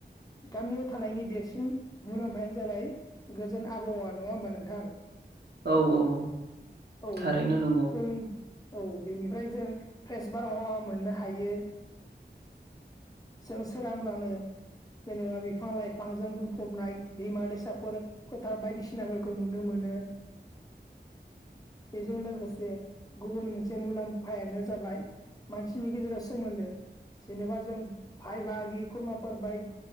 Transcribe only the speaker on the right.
औ औ औ
थारैनो नंगौ